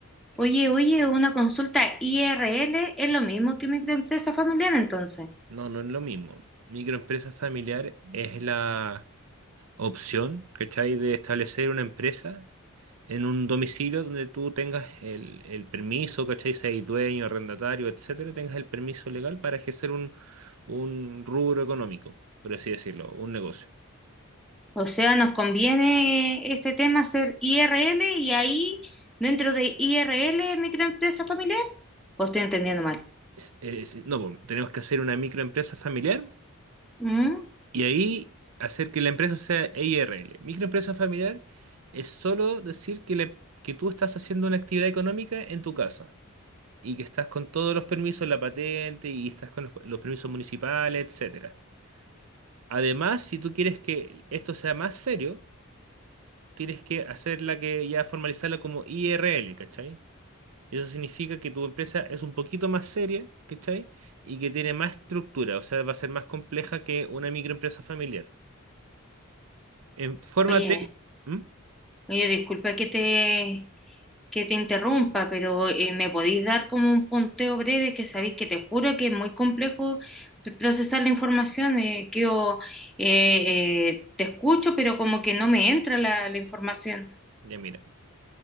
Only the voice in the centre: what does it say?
Oye, oye, una consulta IRL es lo mismo que microempresa familiar entonces.
O sea, nos conviene este tema hacer IRL y ahí dentro de IRL microempresa familiar. ¿O estoy entendiendo mal?
¿Mm?
Oye.
Oye, disculpa que te, que te interrumpa, pero eh, ¿me podéis dar como un punteo breve? Que sabéis que te juro que es muy complejo p- procesar la información. eh, que yo, eh, eh, te escucho, pero como que no me entra la, la información,